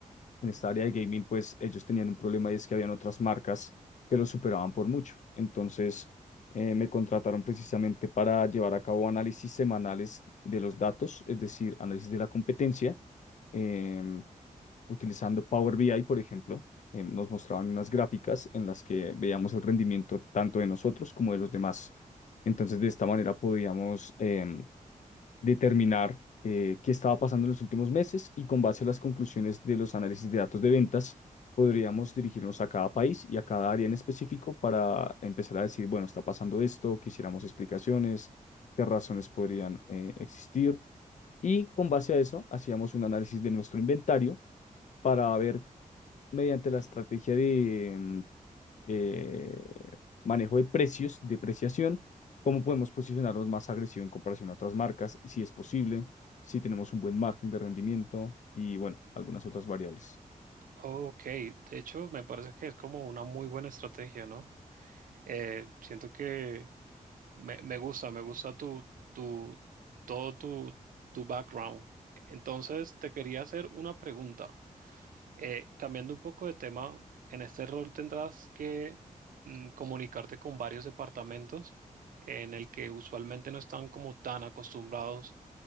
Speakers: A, on the left; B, on the right.
A: en esta área de gaming, pues ellos tenían un problema y es que habían otras marcas que los superaban por mucho. Entonces, eh, me contrataron precisamente para llevar a cabo análisis semanales de los datos, es decir, análisis de la competencia em, utilizando Power BI, por ejemplo, em, nos mostraban unas gráficas en las que veíamos el rendimiento tanto de nosotros como de los demás. Entonces, de esta manera podíamos em, determinar eh, qué estaba pasando en los últimos meses y con base a las conclusiones de los análisis de datos de ventas, podríamos dirigirnos a cada país y a cada área en específico para empezar a decir, bueno, está pasando esto, quisiéramos explicaciones, qué razones podrían eh, existir. Y con base a eso, hacíamos un análisis de nuestro inventario para ver mediante la estrategia de mm, eh, manejo de precios, depreciación, cómo podemos posicionarnos más agresivo en comparación a otras marcas, si es posible, si tenemos un buen margen de rendimiento y bueno, algunas otras variables.
B: ok, de hecho me parece que es como una muy buena estrategia, ¿no? Eh, siento que Me, me gusta, me gusta tu, tu, todo tu, tu background. Entonces, te quería hacer una pregunta. Eh, cambiando un poco de tema, en este rol tendrás que mm, comunicarte con varios departamentos en el que usualmente no están como tan acostumbrados